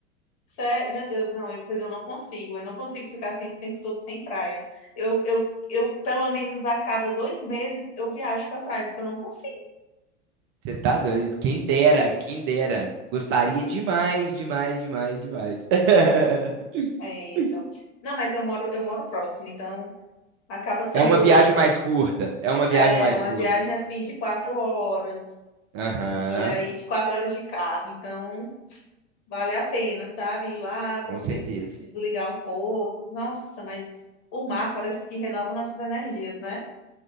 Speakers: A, on the left (about 45°); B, on the right (about 35°).
A: Sério, meu Deus, não, eu, pois eu não consigo, eu não consigo ficar assim esse tempo todo sem praia. Eu, eu, eu, pelo menos a cada dois meses, eu viajo pra praia, porque eu não consigo.
B: Você tá doido? Quem dera, quem dera. Gostaria demais, demais, demais, demais. <laughs>
A: É, então. Não, mas eu moro, eu moro próximo, então acaba sendo
B: É uma viagem mais curta. É uma viagem
A: é,
B: mais
A: uma
B: curta.
A: viagem assim de quatro horas,
B: Aham,
A: e aí de quatro horas de carro, então vale a pena, sabe? Ir lá pra
B: com
A: poder
B: certeza.
A: des- se desligar um pouco. Nossa, mas o mar parece que renova nossas energias, né?